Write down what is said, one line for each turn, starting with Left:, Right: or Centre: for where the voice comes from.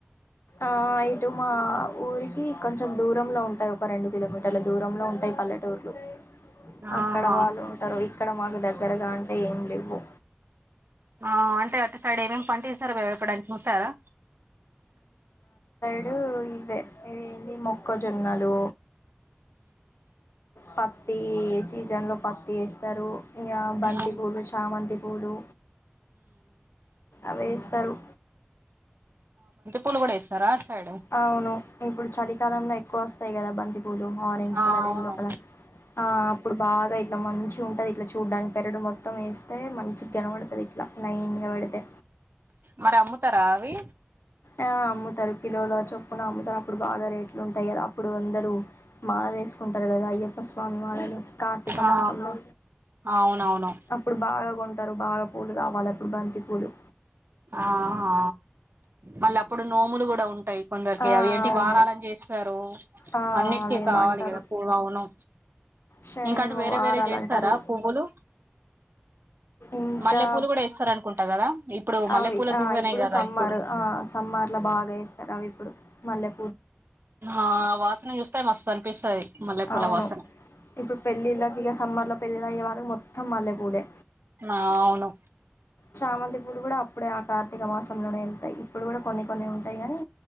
Left: ఆ ఇటు మా ఊరికి కొంచెం దూరంలో ఉంటాయ్. ఒక రెండు కిలోమీటర్ల దూరంలో ఉంటాయ్, పల్లెటూర్లు అక్కడ
Right: ఆహా
Left: వాళ్ళు ఉంటారు ఇక్కడ మాకు దగ్గరగా అంటే ఏం లేవు
Right: ఆ అంటే అటు సైడ్ ఏమేమి పంట వేసారో ఎప్పుడైనా చూసారా
Left: ఇదే ఇది ఏంది మొక్క జొన్నలు పత్తి సీజన్ లో పత్తి వేస్తారు ఇంక బంతిపూలు
Right: ఉ
Left: చామంతి పూలు అవేస్తారు
Right: పూలు కూడా వేస్తారా సైడ్
Left: అవును ఇప్పుడు చలికాలంలో ఎక్కువ వస్తాయి కదా బంతిపూలు ఆరెంజ్
Right: ఆ
Left: కలర్
Right: అవును
Left: ఎల్లో కలర్ ఆ అప్పుడు బాగా ఇట్లా మంచి ఉంటది ఇట్లా చూడ్డానికి పెరుడు మొత్తం వేస్తే మంచిగా కనపడుతది ఇట్లా లైన్ గా పెడితే
Right: మరి అమ్ముతారా అవి
Left: ఆ అమ్ముతారు కిలోలో చప్పున అమ్ముతారు అప్పుడు బాగా రేట్లు ఉంటాయి కదా అప్పుడు అంద రు మాలలు వేసుకుంటారు కదా అయ్యప్ప స్వామి మాలలు కార్తీక
Right: ఆ
Left: మాసంలో
Right: అవునవును
Left: అప్పుడు బాగా కొంట టారు బాగా పూలు కావాలి ఎప్పుడు బంతి పూలు
Right: ఆహా మళ్ళీ అప్పుడు నోములు కూడా ఉంటాయి కొందరికి
Left: ఆ
Right: అవి ఏంటి
Left: అవును
Right: వారాలని చేస్తారు
Left: ఆ
Right: అన్నిటికీ
Left: అవేమో
Right: కావాలి
Left: అంటారు
Right: కదా పూర్వవునం
Left: శనివారాలు
Right: ఇంకా అటు వేరే వేరే చేస్తారా
Left: అంటారు
Right: పువ్వులు
Left: ఇంకా
Right: మల్లె పూలు కూడా వేస్తార అనుకుంటా కదా ఇప్పుడు మల్లెపూల
Left: అవి ఆ
Right: సీజనే కదా
Left: సమ్మర్
Right: ఇప్పుడు
Left: ఆ సమ్మర్లో బాగా వేస్తారు అవి ఇప్పుడు మల్లె
Right: ఆ వాసన చూస్తే మస్తు అనిపిస్తది మల్లెపూల
Left: అవును
Right: వాసన
Left: ఇప్పుడు పెళ్ళిళ్ళకి ఇక సమ్మర్ లో పెళ్ళిళ్ళు అయ్యే వరకు మొత్తం మల్ళె పూలే
Right: నా అవును
Left: చామంతి పూలు కూడా అప్పుడే ఆ కార్తీక మాసంలోనే వెళ్తాయి ఇప్పుడు కూడా కొన్ని కొన్ని ఉంటాయి కాని